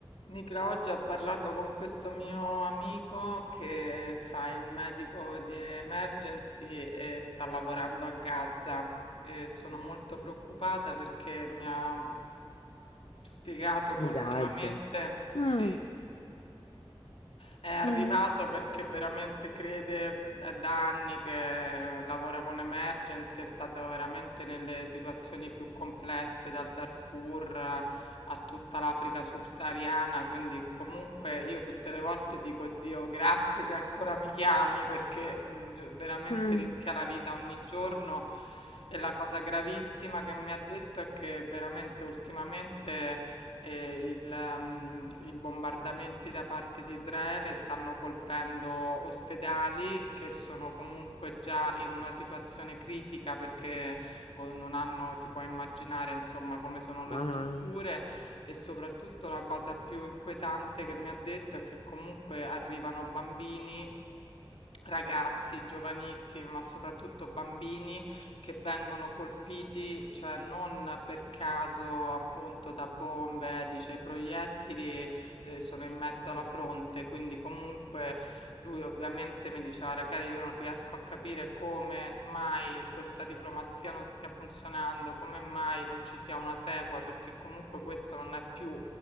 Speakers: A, on the left (about 85°); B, on the left (about 70°).
A: Nicola, oggi ho parlato con questo mio amico che fa il medico di emergency e sta lavorando a Gaza. E sono molto preoccupata perché mi ha mm, spiegato che ultimamente,
B: A Gaza. Mm,
A: sì, è arrivato
B: mhm,
A: perché veramente crede, mhmm, è da anni che lavora con Emergency, è stato veramente nelle situazioni più complesse, dal Darfur eh, a tutta l'Africa subsahariana, quindi comunque io tutte le volte dico Dio, grazie che ancora mi chiami perché mh, cioè, veramente
B: mm.
A: rischia la vita ogni giorno. E la cosa gravissima che mi ha detto è che veramente ultimamente ehm, il mhmm, i bombardamenti da parte di Israele stanno colpendo ospedali che sono comunque già in una situazione critica perché o non hanno ti puoi immaginare, insomma, come sono le
B: Mamma
A: strutture
B: mia.
A: e soprattutto la cosa più inquietante che mi ha detto è che comunque arrivano bambini ragazzi giovanissimi, ma soprattutto bambini che vengono colpiti, cioè non per caso appunto da bombe, eh, dice i proiettili eh, sono in mezzo alla fronte, quindi comunque lui ovviamente mi diceva, ragazzi, io non riesco a capire come mai questa diplomazia non stia funzionando, come mai non ci sia una tregua, perché comunque questo non è più